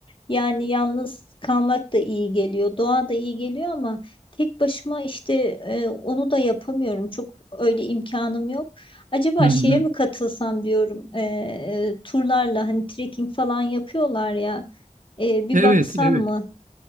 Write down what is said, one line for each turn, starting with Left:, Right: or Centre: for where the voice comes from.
Left: Yani yalnız kalmak da iyi geliyor, doğa da iyi geliyor ama tek başıma işte e, onu da yapamıyorum. Çok öyle imkanım yok. Acaba
Right: Hı hı.
Left: şeye mi katılsam diyorum, e, e, turlarla hani trekking falan yapıyorlar ya, e, bir
Right: Evet,
Left: baksam
Right: evet.
Left: mı?